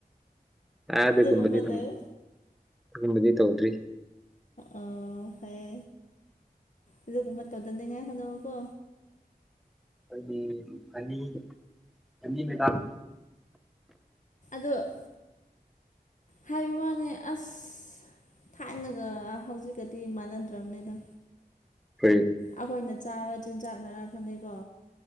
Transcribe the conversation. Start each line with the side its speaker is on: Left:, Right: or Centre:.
Centre: ꯑꯗꯦ
Left: ꯑꯗꯨꯒꯨꯝꯕ
Centre: ꯀꯅꯤ <inaudible>
Left: ꯂꯩ
Centre: ꯇꯗ ꯀꯨꯝꯅꯤ ꯇꯧꯗ꯭ꯔꯤ
Left: ꯑꯣ ꯐꯩꯑ ꯑꯗꯨ ꯀꯗ ꯇꯗꯗꯤꯉꯥꯏ ꯍꯅꯕꯀꯣ
Centre: ꯑꯩꯅꯤ ꯍꯅꯤ ꯃꯦꯗꯥꯝ
Left: ꯑꯣ ꯍꯥꯏꯕ ꯋꯥꯅꯦ ꯑꯁ ꯊꯥꯏꯅꯒ ꯍꯧꯖꯤꯛꯀꯗꯤ ꯃꯥꯟꯅꯗ꯭ꯔꯕꯅꯤꯗ
Centre: ꯀꯔꯤ
Left: ꯑꯩꯈꯣꯏꯅ ꯆꯥꯕ ꯆꯤꯟꯖꯥꯛꯅꯔ ꯑꯗꯨꯗꯩꯀꯣ